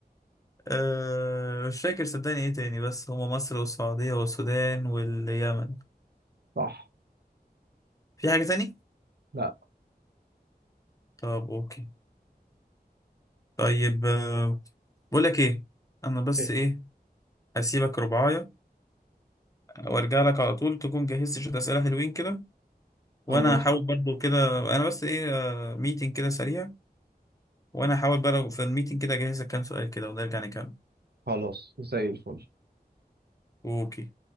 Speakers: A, on the left; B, on the right.
A: آه مش فاكر صدقني ايه تاني بس هما مصر والسعودية والسودان واليمن
B: صح
A: في حاجة تاني؟
B: لا
A: طب اوكي طيب آه، بقول لك ايه انا بس
B: إيه
A: ايه هسيبك ربعايه وارجع لك على طول تكون جهزت شويه اسئله حلوين كده وانا
B: خلاص
A: هحاول برضو كده انا بس ايه ميتنج كده سريع وانا هحاول بقى في الميتنج كده اجهز لك كام سؤال كده ونرجع نكمل
B: خلاص زي الفل
A: اوكي